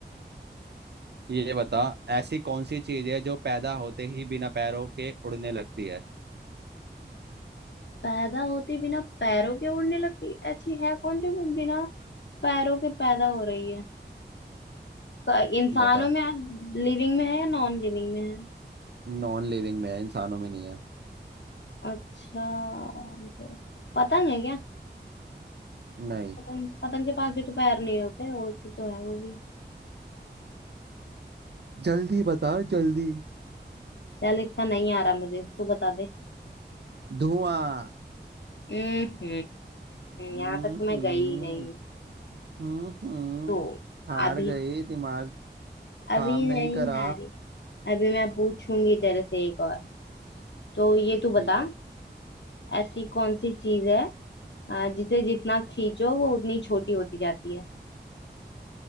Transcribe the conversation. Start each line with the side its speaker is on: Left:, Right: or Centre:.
Right: ये बता ऐसी कौन सी चीज है जो पैदा होते ही बिना पैरों के उड़ने लगती है
Left: पैदा होती बिना पैरों के उड़ने लगती ऐसी है कौन जो बिना पैरों के पैदा हो रही है क- इंसानों
Right: बता
Left: में लिविंग में है या नॉन लिविंग में है
Right: नॉन लिविंग में है इंसानों में नहीं है
Left: अच्छा तो पतंग है क्या
Right: नहीं
Left: पतंग पतंग के पास भी तो पैर नहीं होते उड़ती तो है वो भी
Right: जल्दी बता जल्दी
Left: चल इसका नहीं आ रहा मुझे तू बता दे
Right: धुआं
Left: हम्म
Right: हम्म
Left: यहाँ तक तो मैं गई ही नहीं
Right: हम्म हम्म
Left: तो
Right: हार
Left: अभी
Right: गई दिमाग
Left: अभी
Right: काम नहीं
Left: नहीं
Right: करा
Left: हारी अभी मैं पूछूंगी तेरे से एक और तो ये तू
Right: ठीक
Left: बता
Right: है
Left: ऐसी कौन सी चीज है अ, जिसे जितना खींचो वो उतनी छोटी होती जाती है